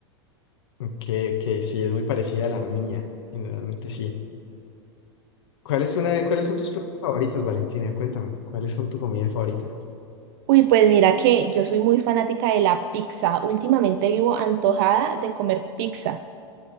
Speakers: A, on the left; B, on the right.
A: Ok, ok, sí, es muy parecida a la mía. Generalmente sí. ¿Cuál es una de- cuáles son tus platos favoritos, Valentina? Cuéntame, ¿cuáles son tu comida favorita?
B: Uy, pues mira que yo soy muy fanática de la pizza. Últimamente vivo antojada de comer pizza.